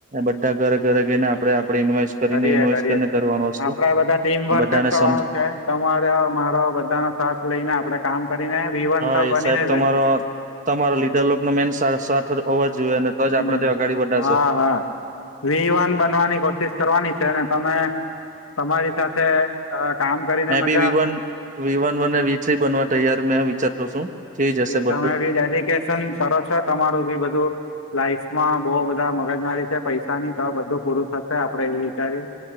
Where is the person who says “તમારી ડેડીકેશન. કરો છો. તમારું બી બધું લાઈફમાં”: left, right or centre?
Left